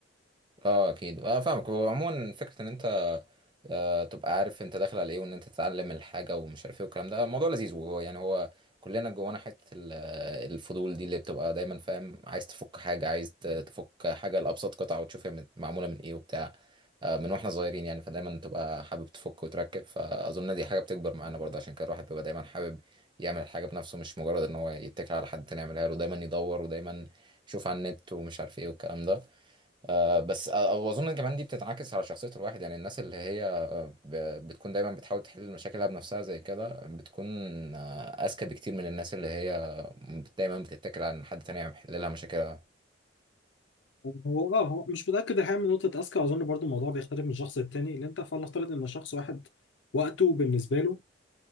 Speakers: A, on the right (about 25°); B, on the left (about 70°).
A: اه اكيد اه فاهمك وعموما فكره ان انت آه، تبقى عارف انت داخل على ايه وان انت تتعلم الحاجه ومش عارف ايه والكلام ده آه، الموضوع لذيذ وهو يعني هو كلنا جوانا حته ال- الفضول دي اللي بتبقى دايما فاهم عايز تفك حاجه عايز ت- تفك حاجه لابسط قطعه وتشوف هي من- معموله من ايه وبتاع آه، من واحنا صغيرين يعني فدايما تبقى حابب تفك وتركب فاظن دي حاجه بتكبر معانا برضه عشان كده الواحد بيبقى دايما حابب يعمل الحاجه بنفسه مش مجرد ان هو يتكل على حد تاني يعملها له دايما يدور ودايما يشوف على النت ومش عارف ايه والكلام ده آه، بس آه، واظن كمان دي بتتعكس على شخصيه الواحد يعني الناس اللي هي ب- بتكون دايما بتحاول تحل مشاكلها بنفسها زي كده بتكون آه، أذكى بكتير من الناس اللي هي دايما بتتكل على إن حد تاني يحل لها مشاكلها
B: هو اه هو مش متاكد الحقيقه من نقطه اذكى اظن برضو الموضوع بيختلف من شخص للتاني اللي انت فلنفترض ان شخص واحد وقته بالنسبه له